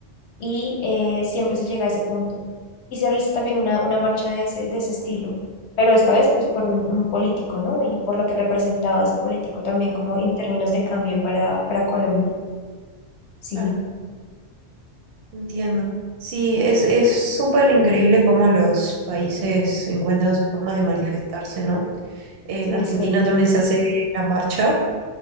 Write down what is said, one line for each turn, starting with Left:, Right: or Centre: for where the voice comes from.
Left: y eh, siempre se llega a ese punto. Y se realiza también una, una marcha de ese, de ese estilo, pero esta vez pues por un, un político, ¿no? Y por lo que representaba ese político también como en términos de cambio para, para Colombia. Sí,
Right: claro. Entiendo. Sí, es, es súper increíble cómo los países encuentran sus formas de manifestarse, ¿no? En
Left: sí,
Right: Argentina
Left: es cierto.
Right: también se hace la marcha,